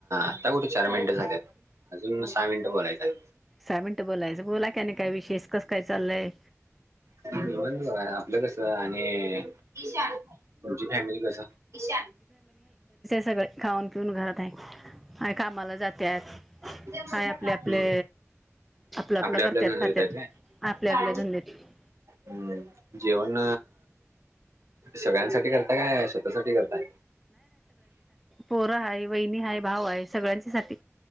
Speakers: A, on the right; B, in the centre.
A: आता कुठे चार मिन ट झाल्यात. अजून <unintelligible> सहा मिनटं बोलायचं.
B: सहा मिनट बोलायचं बोला क नाही काय विशेष कसं काय चाललंय.
A: आपलं कसं आहे. आणि आणि ईश तुमची फॅमिली कस ईश.
B: सगळी. खाऊन पिऊन घरात आहे आणिय कामाला जातत
A: हम्म
B: हाय आपले आपले आपलं आपलं
A: आपल्या
B: करतत
A: आपल्या नजरेत
B: खातत
A: आहेत
B: आपल्या
A: काय
B: आपल्या धुंदीत आहे.
A: हम्म जेवण सगळ्यांसाठी करता काय स्वतःसाठी करताय.
B: पोर ह वहिनी ह भाऊ आहे सगळ्यांच्या साठी.